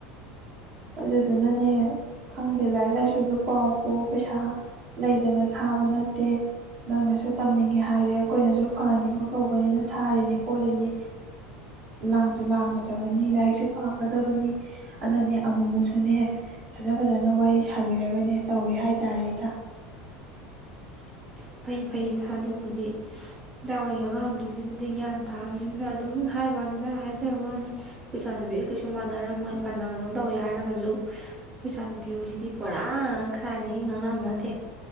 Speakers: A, on the right; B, on the right.
A: ꯑꯗꯨꯗꯨꯅꯅꯦ ꯈꯪꯗꯦ ꯂꯥꯏꯔꯤꯛ ꯂꯥꯏꯁꯨꯗꯣ ꯄꯥꯎ ꯀꯣ ꯄꯩꯁꯥ ꯂꯩꯗꯅ ꯊꯥꯕ ꯅꯠꯇꯦ ꯅꯪꯅꯁꯨ ꯇꯝꯅꯤꯡꯉꯦ ꯍꯥꯏꯔꯦ ꯑꯩꯈꯣꯏꯅꯁꯨ ꯐꯍꯟꯅꯤꯡꯕ ꯀꯧꯕꯅꯤꯅ ꯊꯥꯔꯤꯅꯤ ꯈꯣꯠꯂꯤꯅꯤ ꯂꯥꯡꯁꯨ ꯂꯥꯡꯒꯗꯕꯅꯤ ꯂꯥꯏꯔꯤꯛꯁꯨ ꯄꯥꯒꯗꯕꯅꯤ꯫ ꯑꯅꯅꯤ ꯑꯃꯨꯛ ꯃꯨꯛꯁꯨꯅꯦ ꯐꯖ ꯐꯖꯅ ꯋꯥꯔꯤ ꯁꯥꯕꯤꯔꯒꯅꯦ ꯇꯧꯔꯤ ꯍꯥꯏꯇꯥꯔꯦ ꯏꯇꯥ꯫
B: <inaudible> ꯐꯩ - ꯐꯩ ꯊꯥꯗꯕꯨꯗꯤ ꯏꯗꯥ ꯍꯏꯒꯤ ꯑꯉꯥꯡꯗꯨꯗꯤꯕꯨꯗꯤ ꯒ꯭ꯌꯥꯟ ꯇꯥꯕꯅꯤꯅ ꯑꯗꯨꯝ ꯍꯥꯏꯕꯅꯤꯅ ꯍꯥꯏꯖꯕꯅꯤ <unintelligible> ꯀꯩꯁꯨ ꯃꯥꯟꯅꯔꯝ ꯃꯣꯏ ꯐꯅ ꯀꯩꯅꯣ ꯇꯧꯋꯦ ꯍꯥꯏꯔꯒꯁꯨ ꯈꯣꯏ ꯏꯆꯥꯅꯨꯄꯤ ꯍꯣꯏꯁꯤꯗꯤ ꯄꯨꯔꯥ ꯈꯥꯏꯗꯒꯤ ꯉꯥꯡꯅꯕ ꯅꯠꯇꯦ꯫